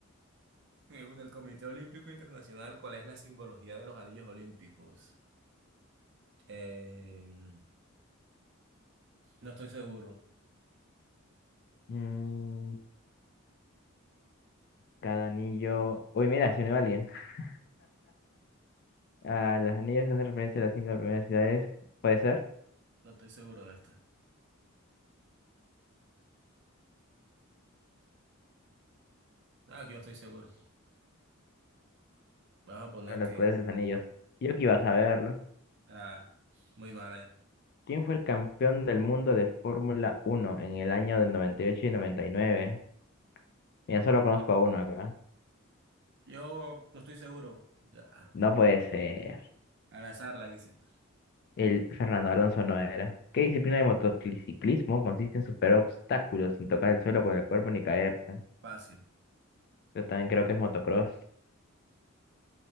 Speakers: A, on the right (about 55°); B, on the left (about 50°).
A: Según el Comité Olímpico Internacional, ¿cuál es la simbología de los anillos olímpicos? Eh, no estoy seguro,
B: Mm, cada anillo. Uy, mira, se unió alguien. <laughs> Ah, los anillos hacen referencia a las cinco primeras ciudades, puede ser.
A: no estoy seguro de esta. Ah, aquí no estoy seguro. Vamos a poner
B: de los
A: que
B: Poderes de los Anillos. Y yo que iba a saberlo.
A: Ah, muy mal ahí.
B: ¿Quién fue el campeón del mundo de Fórmula Uno en el año del 98 y 99? Mira, solo conozco a uno acá.
A: Yo no estoy seguro. Ya.
B: No puede ser.
A: Al azar la hice.
B: El Fernando Alonso no era. ¿Qué disciplina de motociclismo consiste en superar obstáculos sin tocar el suelo con el cuerpo ni caerse?
A: Fácil.
B: Yo también creo que es motocross.